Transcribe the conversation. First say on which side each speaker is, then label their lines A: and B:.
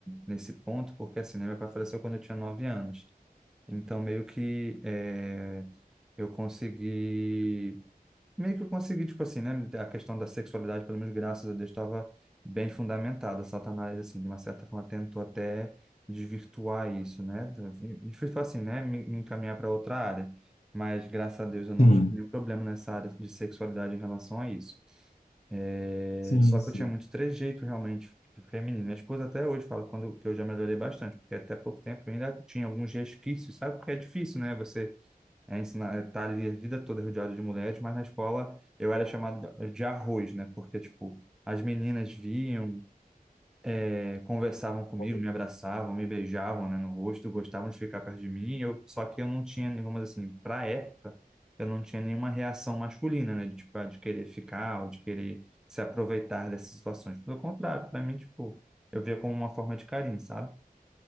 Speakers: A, in the centre; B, on the left (about 45°).
A: nesse ponto, porque assim, né, meu pai faleceu quando eu tinha nove anos. Então, meio que eh, eu consegui meio que eu consegui, tipo assim, né? A questão da sexualidade, pelo menos graças a Deus, estava bem fundamentada. Satanás, assim, de uma certa forma, tentou até desvirtuar isso, né? Desvirtuar assim, né? Me, me encaminhar para outra área. Mas graças a Deus eu não
B: Sim,
A: tive nenhum problema nessa área de sexualidade em relação a isso. É,
B: sim,
A: só
B: sim.
A: que eu tinha muito trejeito realmente feminino. Minha esposa até hoje fala quando, que eu já melhorei bastante, porque até pouco tempo eu ainda tinha alguns resquícios, sabe? Porque é difícil, né? Você é ensinar, tá ali a vida toda rodeado de mulheres, mas na escola eu era chamado de, de arroz, né? Porque, tipo, as meninas vinham, eh, conversavam comigo,
B: Bom,
A: me abraçavam, me beijavam, né, no rosto, gostavam de ficar perto de mim. Eu, só que eu não tinha, vamos dizer assim, pra época, eu não tinha nenhuma reação masculina, né? De, tipo, ah, de querer ficar ou de querer se aproveitar dessas situações. Pelo contrário, pra mim, tipo, eu via como uma forma de carinho, sabe?